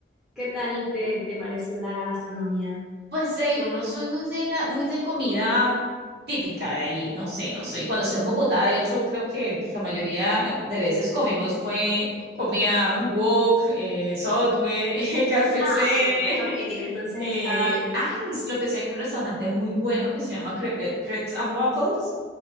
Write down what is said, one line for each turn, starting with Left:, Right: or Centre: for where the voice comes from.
Centre: ¿qué tal te, te pareció la, la gastronomía?
Right: Pues te digo, no soy muy de, ga- muy de comida típica de ahí, no sé, no soy. Cuando estoy en Bogotá, de hecho, creo que la mayoría de veces comimos fue comida wok, eh, Subway, <laughs> KFC.
Centre: Ah, ok, ok, entonces
Right: eh,
Centre: estaba...
Right: ay, es lo que sí, hay un restaurante muy bueno que se llama Crepe- Crepes and Waffles,